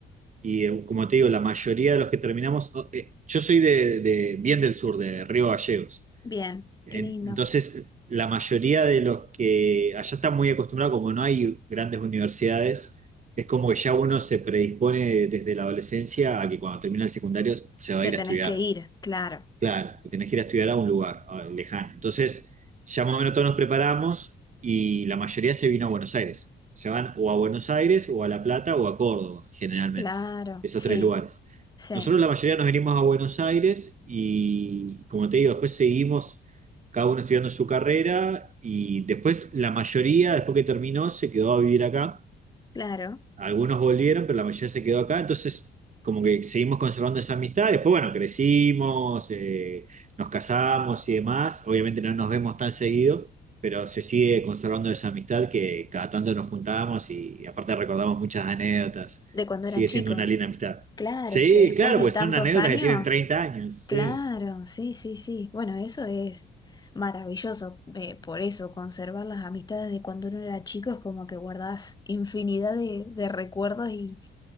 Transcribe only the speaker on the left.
Bien,
qué lindo.
Te
tenés
que ir, claro,
claro,
sí,
sí,
claro.
De cuando
eran chicos.
Claro,
es que después
de
tantos
años...
Claro,
sí, sí, sí. Bueno, eso es maravilloso. eh, por eso, conservar las amistades de cuando uno era chico es como que guardás infinidad de, de recuerdos y,